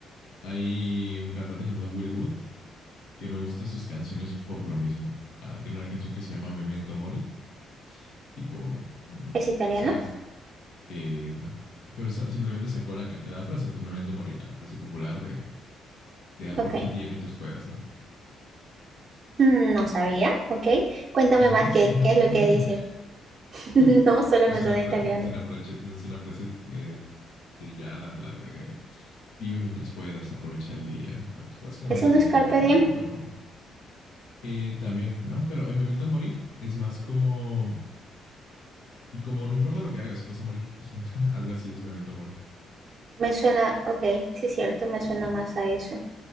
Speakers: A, on the left; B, on the right.
A: Hay un cantante llamado Will Wood que me gusta sus canciones por lo mismo. Ah, tiene una canción que se llama Memento Mori, tipo, mm,
B: italiano?
A: ¿sabes? Eh, no. Pero sa- simplemente sacó la, ca- la frase, pues Memento Mori, la frase popular de, de aprovecha
B: Ok.
A: el día mientras puedas, ¿no?
B: Mm, No sabía, ok. Cuéntame
A: ¿No sabías
B: más qué,
A: que era Memento
B: qué es lo que
A: Mori?
B: dice. <laughs>
A: <laughs>
B: No, solo
A: Es
B: me
A: una,
B: suena
A: fra-
B: italiano.
A: es una frase, es una frase eh, trillada, la de Vive mientras puedas, aprovecha el día, ¿no? Es- Básicamente
B: ¿Eso
A: eso
B: no es
A: significa
B: carpe diem?
A: Memento Mori. Eh, también, ¿no? Pero en Memento Mori es más como, como no importa lo que hagas, vas a morir. O sea, <laughs> algo así es Memento Mori.
B: Me suena, ok, sí es cierto, me suena más a eso.